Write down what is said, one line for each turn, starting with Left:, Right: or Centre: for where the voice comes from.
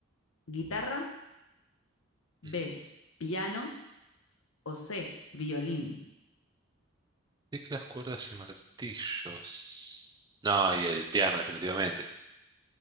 Left: guitarra, B,
Right: Mm.
Left: piano o C, violín.
Right: Teclas, cuerdas y martillos. No, y el piano, definitivamente.